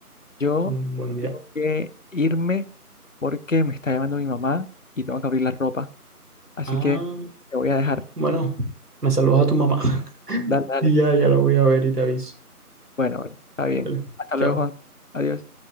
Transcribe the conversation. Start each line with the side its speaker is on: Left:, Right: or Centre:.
Left: Yo
Right: Mm, Bueno, mira.
Left: tengo que irme porque me está llamando mi mamá y tengo que abrir la ropa. Así
Right: Ah.
Left: que te voy a dejar.
Right: Bueno, me saludas a tu mamá. <laughs>
Left: Dale, dale.
Right: Y ya, ya lo voy a ver y te aviso.
Left: Bueno, bueno, está bien.
Right: Dale,
Left: Hasta
Right: chao.
Left: luego, Juan. Adiós.